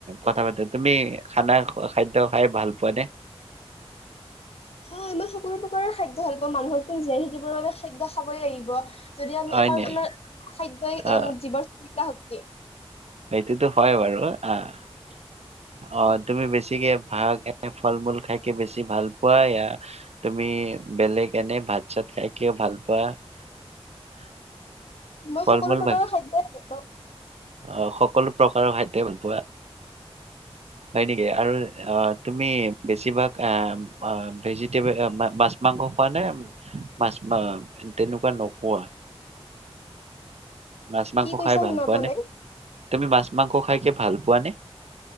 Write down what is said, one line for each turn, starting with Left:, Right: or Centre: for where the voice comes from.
Right: কথা তুমি খানা খাদ্য খাই ভাল পোৱা নে
Left: হয় মই সকলো প্ৰকাৰৰ খাদ্য ভাল পাওঁ মানুহকো জীয়াই থাকিবৰ বাবে খাদ্য খাবই লাগিব যদি আমি
Right: হয়
Left: কাৰণ
Right: নে
Left: আমাৰ খাদ্যই
Right: অ
Left: জীৱৰ চালিকা শক্তি
Right: সেইটোতো হয় বাৰু আহ অ তুমি বেছিকে ভাত নে ফল মূল খাইকে বেছি ভাল পোৱা তুমি বেলেগ এনে ভাত চাত খাই যে ভাল পোৱা <unintelligible>
Left: মই সকলো
Right: মূল
Left: প্ৰকাৰৰ
Right: বা
Left: খাদ্যই ভাল পাওঁ
Right: অ সকলো প্ৰকাৰৰ খাদ্যই ভাল পোৱা হয় নেকি আৰু অ তুমি বেছিভাগ ভেজিটেব মাছ মাংস খোৱা নে মাছ তেনেকুৱা নকোৱা মাছ মাংস
Left: কি কৈছা
Right: খাই ভাল
Left: শুনা
Right: পোৱানে
Left: পোৱা নাই?
Right: তুমি মাছ মাংস খাইকে ভাল পোৱা নে